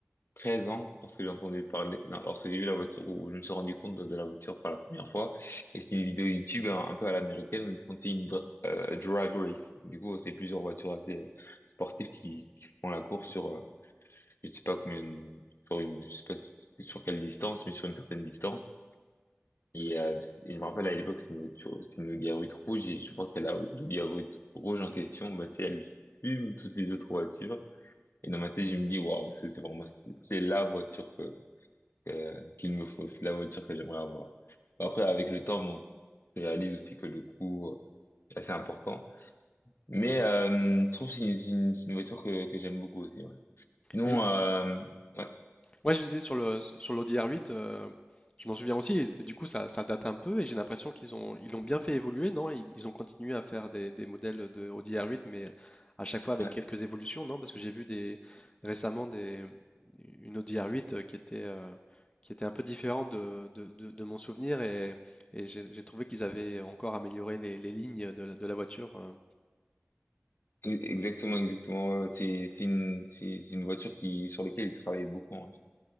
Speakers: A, on the left; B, on the left.
A: 13 ans lorsque j'ai entendu parler, non, lorsque j'ai vu la voiture, où je me suis rendu compte de, de la voiture pour la première fois. Et c'était une vidéo YouTube un, un peu à l'américaine où ils font tu sais, une dra- euh, drag race. Du coup, c'est plusieurs voitures assez sportives qui, qui font la course sur, euh, je sais pas combien, sur une, je sais pas si- sur quelle distance, mais sur une certaine distance. Et, euh, et je me rappelle à l'époque, c'est une voiture, c'est une Audi A8 rouge et je crois que la Audi A8 rouge en question, bah, c'est elle fume toutes les autres voitures. Et dans ma tête, je me dis, waouh, c'est c'est vraiment, c'est c'est la voiture que euh, qu'il me faut. C'est la voiture que j'aimerais avoir. Après, avec le temps, bon, je réalise aussi que le coût, euh, c'est assez important. Mais euh, je trouve que c'est une, c'est une, c'est une voiture que, que j'aime beaucoup aussi. Ouais. Sinon,
B: Et
A: euh, ouais,
B: Ouais, je disais sur le sur l'audi l'ODR8, je m'en souviens aussi, et, et du coup ça, ça date un peu, et j'ai l'impression qu'ils ont ils l'ont bien fait évoluer, non? Ils, ils ont continué à faire des, des modèles de audi r 8 mais à chaque fois avec
A: ouais,
B: quelques évolutions, non? Parce que j'ai vu des récemment des une audi ODR8 qui était euh, qui était un peu différente de, de, de- de mon souvenir, et, et j'ai j'ai trouvé qu'ils avaient encore amélioré les, les lignes de la, de la voiture. euh.
A: e- exactement, exactement. ouais, ouais, C'est c'est une, c'est c'est une voiture qui sur laquelle il travaille beaucoup. hein.